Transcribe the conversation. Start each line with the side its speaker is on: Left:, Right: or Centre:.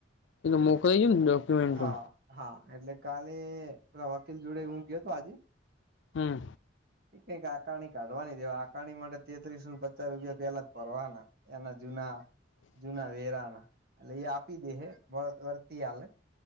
Left: એ તો મોકલાઈ ગયું ને ડોક્યુમેન્ટો
Right: હા હા એટલે કાલે પેલા વકીલ જોડે હું ગયો હતો આજે
Left: હમ
Right: એ કઈક આકારણી કાઢવાની દેવા આકારણી માટે તેત્રીસ ને પચાસ રૂપિયા પેલા ભરવાના. એના જૂના જૂના વેરા ના. એટલે એ આપી દે હ વર્તી આલે